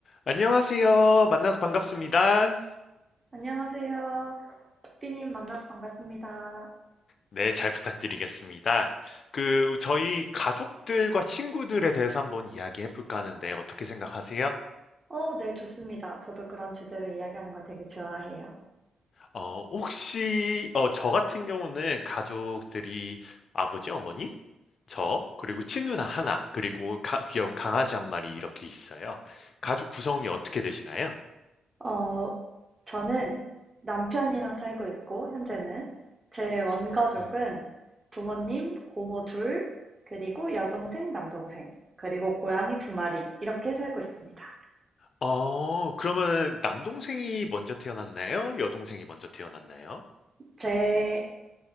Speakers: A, on the left (about 55°); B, on the right (about 25°).
A: 안녕하세요. 만나서 반갑습니다.
B: 안녕하세요. 삐님 만나서 반갑습니다.
A: 네, 잘 부탁드리겠습니다. 그, 저희 가족들과 친구들에 대해서 한번 이야기해 볼까 하는데 어떻게 생각하세요?
B: 어, 네, 좋습니다. 저도 그런 주제로 이야기하는 거 되게 좋아해요.
A: 어, 혹시, 어, 저 같은 경우는 가족들이 아버지, 어머니, 저, 그리고 친누나 하나, 그리고 가- 귀여운 강아지 한 마리 이렇게 있어요. 가족 구성이 어떻게 되시나요?
B: 어, 저는 남편이랑 살고 있고, 현재는 제 원가족은
A: 음.
B: 부모님, 고모 둘, 그리고 여동생, 남동생, 그리고 고양이 두 마리, 이렇게 살고 있습니다.
A: 어, 그러면 남동생이 먼저 태어났나요? 여동생이 먼저 태어났나요?
B: 제